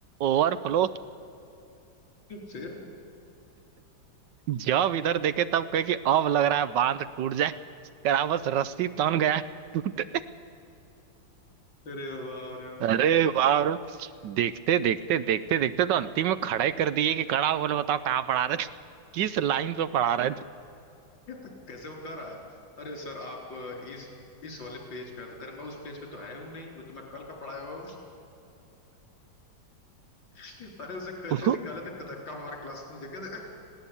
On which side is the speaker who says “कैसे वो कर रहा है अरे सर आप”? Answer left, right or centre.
Left